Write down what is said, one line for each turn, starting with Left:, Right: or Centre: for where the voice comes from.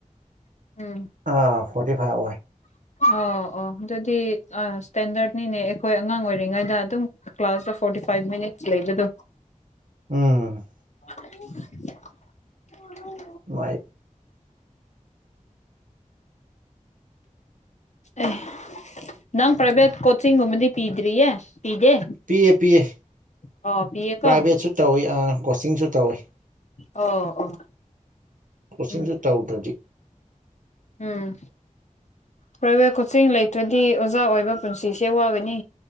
Left: ꯎꯝ
Right: ꯑꯥ ꯐꯣꯔꯇꯤ ꯐꯥꯏꯞ ꯑꯣꯏ
Left: ꯑꯣ ꯑꯣ ꯑꯗꯨꯗꯤ ꯑ ꯁ꯭ꯇꯦꯟꯗꯔꯠꯅꯤꯅꯦ ꯑꯩꯈꯣꯏ ꯑꯉꯥꯡ ꯑꯣꯏꯔꯤꯉꯩꯗ ꯑꯗꯨꯝ ꯀ꯭ꯂꯥꯁꯇ ꯐꯣꯔ ꯇꯤ ꯐꯥꯏꯚ ꯃꯤꯅꯤꯠꯁ ꯂꯩꯕꯗꯣ
Right: ꯎꯝ
Left: <inaudible>
Right: ꯂꯥꯢꯠ
Left: ꯑꯦ ꯅꯪ ꯄ꯭ꯔꯥꯏꯚꯦꯠ ꯀꯣꯆꯤꯡ ꯒꯨꯝꯕꯗꯤ ꯄꯤꯗ꯭ꯔꯤꯌꯦ ꯄꯤꯗꯦ
Right: ꯄꯤꯌꯦ ꯄꯤꯌꯦ
Left: ꯑꯣ ꯄꯤꯌꯦꯀꯣ
Right: ꯄ꯭ꯔꯥꯏꯚꯦꯠꯁꯨ ꯇꯧꯏ ꯑ ꯀꯣꯆꯤꯡꯁꯨ ꯇꯧꯏ
Left: ꯑꯣ ꯑꯣ
Right: ꯀꯣꯆꯤꯡꯁꯨ
Left: ꯎꯝ
Right: ꯇꯧꯗ꯭ꯔꯗꯤ
Left: ꯎꯝ ꯄ꯭ꯔꯥꯏꯚꯦꯠ ꯀꯣꯆꯤꯡ ꯂꯩꯇ꯭ꯔꯗꯤ ꯑꯣꯖꯥ ꯑꯣꯏꯕ ꯄꯨꯟꯁꯤꯁꯦ ꯋꯥꯒꯅꯤ